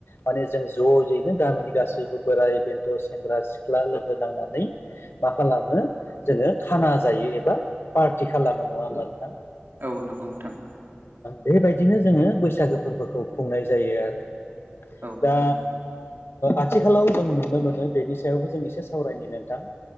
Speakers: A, on the left; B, on the right.
A: माने जों जजयैनो गामिनि गासैबो बोराय बेन्थ' सेंग्रा सिख्ला लोगो नांनानै मा खालामो जोंङो खाना जायो एबा पार्टि खालामो नंङा मोनोनथां
B: औ नंगौ नोंथां
A: बेबायदिनो जोंङो बैसागो फोरबोखौ खुंनाय जायो आरो
B: औ
A: दा
B: नंगौ
A: आथिखालाव जों नुनो मोनो बेनि सायावबो जों एसे सावरायनि नोंथां